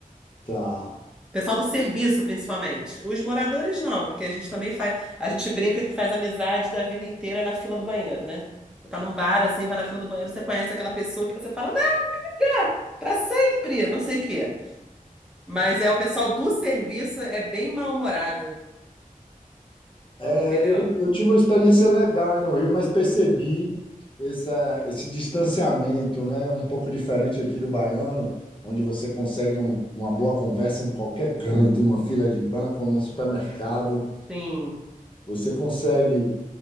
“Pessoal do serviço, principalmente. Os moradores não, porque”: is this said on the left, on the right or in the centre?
Centre